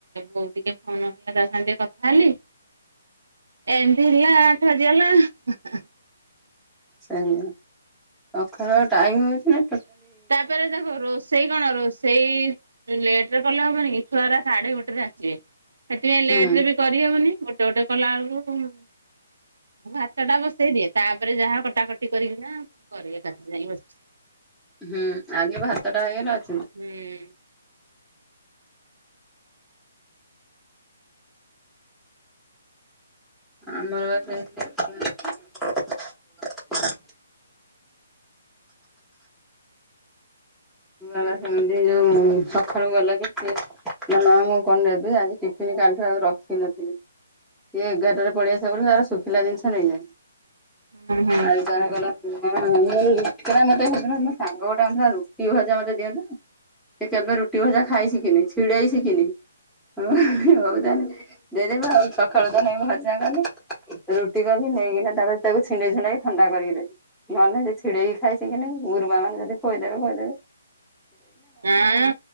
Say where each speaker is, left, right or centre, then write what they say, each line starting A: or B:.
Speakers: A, on the right; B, in the centre.
A: ବୋଉ ଟିକେ ଫୋନ୍ କଲା ତା ସାଁ ଟିକେ କଥା ହେଲି। ଏମତି ହେଲା ଆଠ ଆଜିଅଲା ।
B: ସେଇଆ ସଖାଳୁ ଆଉ ଟାଇମ୍ ହୋଉଚି ନାଁ?
A: ତାପରେ ଦେଖ ରୋଷେଇ କଣ ରୋଷେଇ ଲେଟ୍ ରେ କଲେ ହବନି କି ଛୁଆରା ସାଢ଼େ ଗୋଟେରେ ଆସିବେ ସେଥିପାଇଁ
B: ହୁଁ
A: ଲେଟ୍ ରେ ବି କରିହୋଉନି ଗ ଟେ ଓଟେ କଲା ଅଳୁକୁ ମୁଁ ଭାତଟା ବସେଇ ଦିଏ ତାପରେ ଯାହା କଟାକଟି କରିକିନା କରିବି ଏକାଥରେ ଯାଇଁ ବସ୍
B: ହୁଁ ଆଗେ ଭାତଟା ହେଇଗଲା ଅ
A: ହୁଁ ।
B: ଆମର ବା ସେମତି ଉଛୁଳା <inaudible> ଉଆ ବା ସେମିତି ଯୋଉ ସଖାଳୁ ଗଲା ଯେ ସିଏ ନାଁ ନାଁ ମୁଁ କଣ ନେବି ଆଜି ଟିଫିନ୍ କାଲିଠୁ ଆଉ ରଖି ନଥିନି। ଇଏ ଏଗାରଟାରେ ପଳିଆସିବ ବୋଲି ତାର ଶୁଖିଲା ଜିନିଷ ନେଇଯାଏ।
A: ହୁଁ ହୁଁ
B: ଆଜି ତାର କହିଲା ପୁଆଁ ମୁଁ ଅଇନି ରୁଟି କହିଲା ମତେ ହେଦିନ ସାଙ୍ଗ ଗୋ ତାଁ ଥା ରୁଟି ଭଜା ମତେ ଦିଅନ୍ତେନେଇ ସେ କେବେ ରୁଟି ଭଜା ଖାଇ ଶିକିନେଇ ଛିଡ଼େଇ ଶିକିନେଇ। ଅ ହଉ ତାହେନେ ଯଦି ଭ ଆଉ ସଖାଳୁ ତାନେ ଭଜା କନି ରୁଟି କନି ନେଇକିନା ତାପରେ ତାକୁ ଛିଣ୍ଡେଇ ଛୁଣ୍ଡାକି ଥଣ୍ଡା କରିକି ଦେନି ନହେନେ ନାହିଁ ସେ ଛିଡ଼େଇକି ଖାଇ ସିକିିନେଇ ଗୁରୁମାମାନେ ଯଦି ଖୋଇ ଦେବେ ଖୋଇ ଦେବେ।
A: ଆଁ